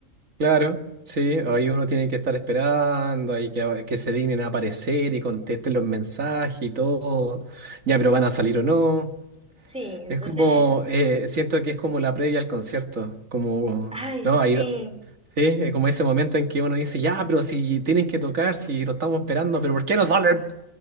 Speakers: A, on the right (about 80°); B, in the centre.
A: Claro, sí, ahí uno tiene que estar esperando, ahí que, que se dignen a aparecer y contesten los mensajes y todo. Ya, pero van a salir o no.
B: Sí, entonces,
A: Es como, eh, siento que es como la previa al concierto, como,
B: ay,
A: ¿no?
B: sí.
A: Ahí, Sí, es como ese momento en que uno dice, ya, pero si tienen que tocar, si lo estamos esperando, pero ¿por qué no salen?